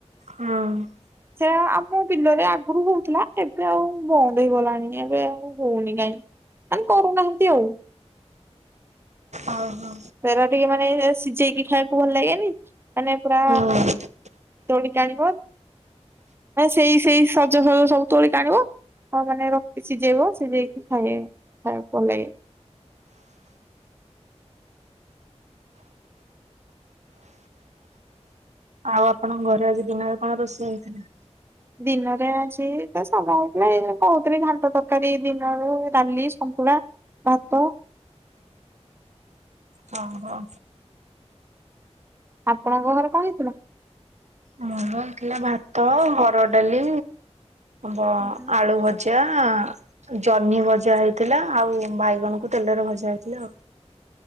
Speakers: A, on the right; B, on the right.
A: ହଁ।
B: ସେଆ ଆମ ବିଲରେ ଆଗରୁ ହଉଥିଲା ଏବେ ଆଉ ବନ୍ଦ ହେଇଗଲାଣି ଏବେ ଆଉ ହଉନି କାଇଁ ମାନ କରୁନାହାନ୍ତି ଆଉ।
A: ଓହୋ।
B: ତେର ଟିକେ ମାନେ ସିଝେଇକି ଖାଇବାକୁ ଭଲ ଲାଗେନି ମାନେ ପୁରା
A: ହଁ
B: ତୋଳିିକ ଆଣିବ ସେଇ ସେଇ ସଜସଜ ସବୁ ତୋଳି ଆଣିବ। ହଁ ମାନେ ରଖି ସିଝେଇବ ସିଝେଇକି ଖାଇ ଖାଇବା ପଲେଗେ।
A: ଆଉ ଆପଣଙ୍କ ଘରେ ଆଜି ଦିନରେ କଣ ରୋଷେଇ ହେଇଥିଲା?
B: ଦିନରେ ଅଛି ତ ସାଙ୍ଗ ଆଇଥିଲେ ଏ କହୁଥିଲି ଘାଣ୍ଟ ତରକାରୀ ଦିନରୁ ରାଲି, ଶନ୍ତୁଳା ହାତ
A: ହଁ ହଁ।
B: ଆପଣଙ୍କ ଘରେ କଣ ହେଇଥିଲା?
A: ମୋର ହେଥିଲା ଭାତ, ହର ଡାଲି, ବ
B: ହଁ
A: ଆଳୁ ଭ ଚା ଆ ଜହ୍ନି ଭଜା ହେଇଥିଲା ଆଉ ବାଇଗଣକୁ ତେଲରେ ଭଜା ହେଇଥିଲା ଆଉ।